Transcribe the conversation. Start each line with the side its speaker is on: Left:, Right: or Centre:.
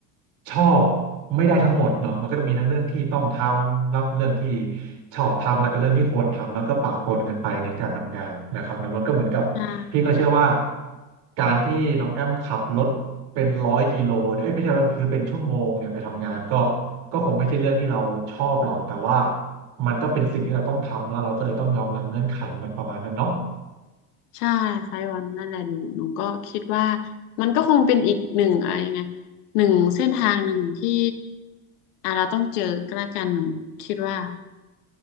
Right: ชอบไม่ได้ทั้งหมดเนาะมันก็จะมีทั้งเรื่องที่ต้องทำแล้วเรื่องที่ชอบทำแล้วก็เรื่องที่ควรทำแล้วก็ปะปนกันไปในการทำงานนะครับเนอะมันก็เหมือนกับพี่ก็เชื่อว่า
Left: อ่า
Right: การที่น้องแอมขับรถเป็นร้อยกิโลเนี่ยเอ้ยไม่ใช่ว่าคือเป็นชั่วโมงเนี่ยไปทำงานก็ก็คงไม่ใช่เรื่องที่เราชอบหรอกแต่ว่ามันก็เป็นสิ่งที่เราต้องทำเนาะเราก็เลยต้องยอมรับเงื่อนไขมันประมาณนั้นเนาะ
Left: ใช่ค่ะพี่วันนั่นแหละหนูหนูก็คิดว่ามันก็คงเป็นอีกหนึ่งอะไรยังไงหนึ่งเส้นทางหนึ่งที่อ่าเราต้องเจอก็แล้วกันหนูคิดว่า